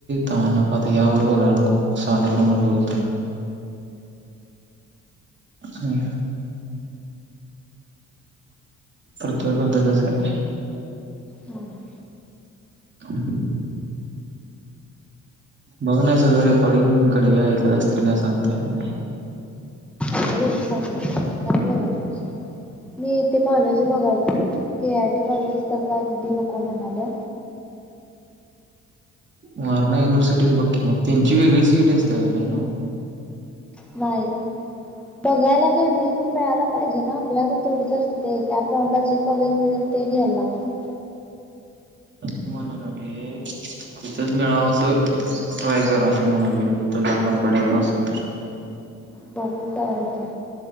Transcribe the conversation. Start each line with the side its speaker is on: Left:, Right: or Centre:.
Right: त नको, आता यावर बोलायला नको साध्या फोनवर बोलत हम, प्रथव्या बद्दलच आहे.
Centre: हम.
Right: <unintelligible> बघ ना सगळे रेकॉर्डिंग करत असतील काय सांगता येत नाही.
Centre: ऐकू देत ऐकलं तर, काय बोलालय आता? मी इथे कॉलेज बघालतो. के आय टी कॉलेज तर काय दिदी नको म्हणाल्या.
Right: वारणा युनिव्हर्सिटीच बघकी मग त्यांची वेगळी सी ई टी असत्या नव्हं.
Centre: बाय. बघायला काय नाही तो मिळायला पाहिजे ना, आपल्या कडे थोडीच असत ते कॅपराऊंडला जे कॉलेज मिळल ते घ्यायला लागतेय.
Right: असं म्हणणा मी तिथच मिळावं असं ट्राय कर असं म्हणालोय म्हणजे तुला कम्फर्टेबल असल
Centre: बघु काय होतंय